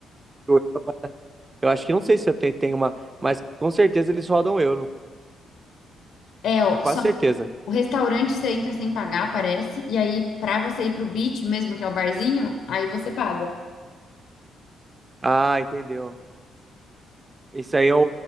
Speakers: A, on the right; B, on the left.
A: o euro é- Eu acho que não sei se eu tenho, tenho uma. Mas com certeza eles rodam o euro.
B: É, ó,
A: É quase
B: só
A: certeza.
B: o restaurante você entra sem pagar, parece. E aí, pra você ir pro beach mesmo, que é o barzinho, aí você paga.
A: Ah, entendeu. Esse aí é o,